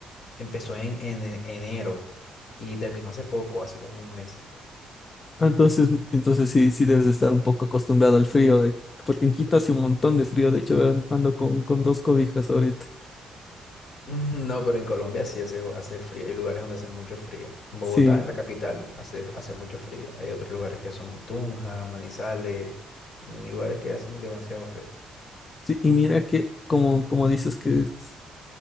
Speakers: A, on the left; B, on the left.
A: empezó en, en en- enero y terminó hace poco, hace como un mes. <laughs>
B: ah, entonces, entonces sí, sí debes estar un poco acostumbrado al frío, de... porque en Quito hace un montón de frío. De hecho, an- ando con, con dos cobijas ahorita.
A: Mm, No, pero en Colombia sí hace, hace frío. Hay lugares donde hace mucho frío. En Bogotá,
B: Sí,
A: en la capital, hace, hace mucho frío. Hay otros lugares que son Tunja, Manizales, mm, lugares que hacen demasiado frío.
B: sí, y mira que, como, como dices que es-